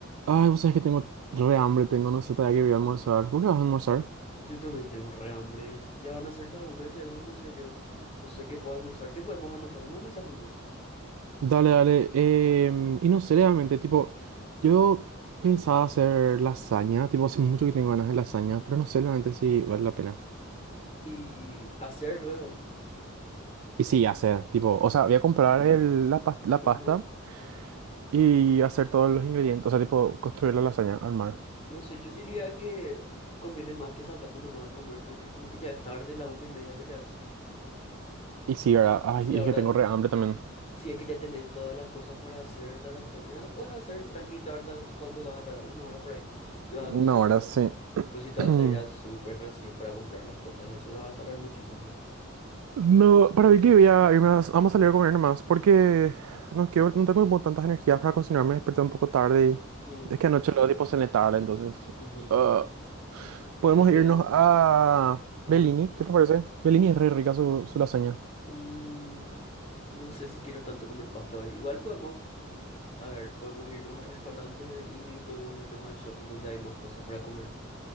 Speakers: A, on the right; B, on the left.
A: Ay, vos sabés que tengo re hambre, tengo, no sé, todavía que voy a almorzar. ¿Por qué vas a almorzar?
B: Yo también tengo re hambre. Ya van a ser la una y todavía no almorcé yo. Mm, No sé qué puedo almorzar. ¿Qué podemos almorzar? Vamos a almorzar juntos.
A: Dale, dale. em, y no sé, realmente, tipo, yo pensaba hacer lasaña, tipo, hace mucho que tengo ganas de lasaña, pero no sé realmente si vale la pena.
B: Y hacer luego.
A: Y sí, hacer, tipo, o sea, voy a comprar el- la, pas- la
B: Ajá.
A: pasta y hacer todos los ingredientes, o sea, tipo, construir la lasaña, armar.
B: No sé, yo diría que conviene más que salgamos nomás a comer porque como que ya es tarde, la una y media que ya es.
A: Y sí, ¿verdad? Ay,
B: Y si ahora,
A: y es que tengo re hambre también.
B: si es que ya tenés todas las cosas para hacer la lasaña, pues hacer tranqui, tarda, ¿cuánto vas a tardar? Una hora por ahí. Y vas
A: No,
B: a comer a
A: ahora
B: las dos.
A: sí.
B: Pero si te
A: <clears throat>
B: vas a ir al súper recién para comprar las cosas y eso va a tardar muchísimo.
A: No, para mí que voy a irme a- vamos a salir a comer nomás, porque no quiero, no tengo como tantas energías para cocinar, me desperté un poco tarde
B: Mm,
A: y es que anoche luego tipo cené tarde, entonces
B: ujú.
A: ah, podemos
B: Yo también.
A: irnos a
B: ¿A
A: Bellini,
B: dónde?
A: ¿qué te parece? Bellini es re rica su, su lasaña.
B: Mm, no sé si quiero tanto comer pasta hoy. Igual podemos, a ver, podemos irnos al restaurante de Bellini, podemos irnos al shopping donde hay más cosas para comer.